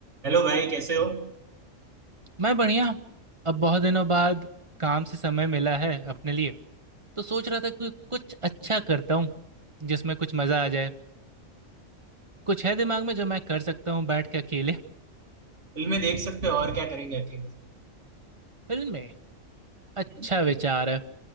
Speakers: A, on the right; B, on the right.
A: Hello भाई कैसे हो
B: मैं बढ़िया अब बहुत दिनों बाद काम से समय मिला है अपने लिए तो सोच रहा था कि कुछ अच्छा करता हूँ जिसमें कुछ मजा आ जाए कुछ है दिमाग में जो मैं कर सकता हूँ बैठ के अकेले
A: फिल्में देख सकते हो और क्या करेंगे अकेले
B: फिल्में अच्छा
A: हम्म?
B: विचार है